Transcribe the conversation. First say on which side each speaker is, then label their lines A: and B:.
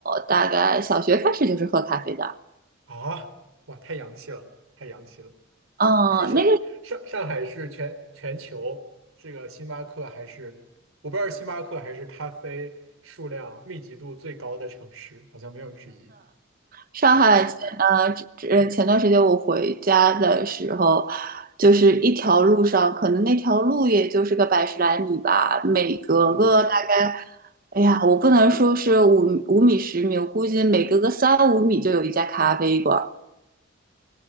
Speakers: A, on the right; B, on the right.
A: 大概小学开始就是喝咖啡的。
B: 啊，哇，太洋气了，太洋气了
A: 嗯，
B: 啊！说是上上海是全全球这个星巴克还是我不知道是星巴克还是咖啡数量密集度最高的城市，
A: 那个
B: 好像没有之一。
A: 上海前呃前前段时间我回家的时候，
B: 嗯。
A: 就是一条路上，可能那条路也就是个百十来米吧，每隔个大概，
B: 嗯
A: 哎呀，我不能说是五五米十米，我估计每隔个三五米就有一家咖啡馆。